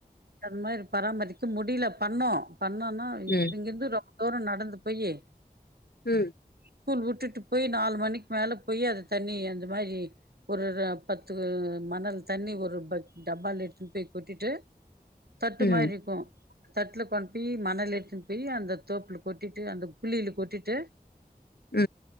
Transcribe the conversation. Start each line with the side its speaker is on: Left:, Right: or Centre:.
Right: அந் மாரி பராமரிக்க முடில பண்ணோ பண்ணோனா
Left: ம்
Right: இங்கிர்ந்து ரொம்ப தூரோ நடந்து போயி
Left: உ
Right: ஸ்கூல் விட்டுட்டு போய் நாலு மணிக்கு மேல போய் அத தண்ணி அந்த மாரி ஒரு பத்து மணல் தண்ணி ஒரு பத்து டப்பால எடுத்துட்டு போய் கொட்டிட்டு தட்டு
Left: ம்
Right: மாரி ருக்கு தட்ல கொண்டு போய் மணல் எத்துன்னு போய் அந்த தோப்புல கொட்டிட்டு அந்த குழில கொட்டிட்டு
Left: உ